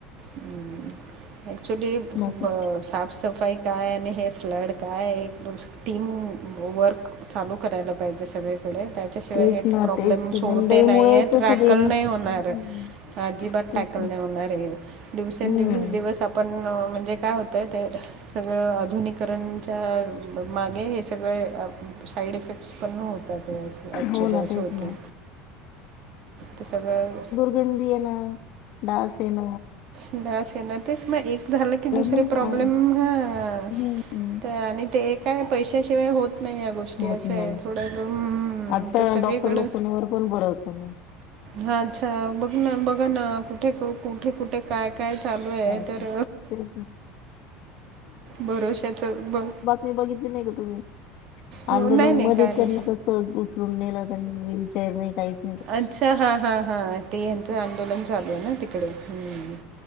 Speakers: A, on the right; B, on the left.
A: हूं ॲक्चुली
B: बाकी
A: ब साफ सफाई काय आणि हे फ्लड काय एक दो टीम वर्क चालू करायला पाहिजे सगळे कडे त्याच्याशिवाय
B: तेच
A: हे
B: ना
A: प्रोब्लेम
B: तेच तर
A: छोटे
B: गंधाईमुळे
A: नाययेत
B: तर
A: रॅकल
B: सगळे नुकस-
A: नाही होणार
B: हम्म
A: आजिबात रॅकल
B: तेच ना
A: नाय होणारे हे दिवसेंदिवस
B: हम्म
A: दिवस आपण म्हणजे काय होतय ते सगळं आधुनिकरणच्या मागे हे सगळे अ साईड इफेक्ट निष्पण होतात ऍक्च्युली
B: हो ना
A: असं
B: तेच
A: होतय
B: ना
A: ते सगळं
B: बंदी ये ना असेन
A: बस ये ना तेच मग एक झालं की दुसरे
B: मग
A: प्रॉब्लेम
B: आ-
A: हां
B: हम्म
A: त आणि ते एक हाय पैशाशिवाय होत नाही या गोष्ट गोष्टी
B: होत
A: असं आहे
B: नाही.
A: थोड्या हम्म
B: आता
A: त सगळीकड
B: डॉक्टर लोकांवर पण भरोसा नाही
A: हा अच्छा बघ ना बघा ना कुठे क कुठे कुठ काय काय चालू हाय
B: सारखं
A: तर
B: तेच ना
A: भरोश्याच ब
B: मी बघितली नाय का तुम्ही
A: हो
B: आंदोलन
A: नाही नाही
B: मध्ये
A: काय नाही
B: त्यांनी कस उच लुण नेल त्यांनी व्हीलचेअर नाही काहीचं
A: अच्छा हा हा हा ते यांचं आंदोलन चालू आहे ना तिकडे हम्म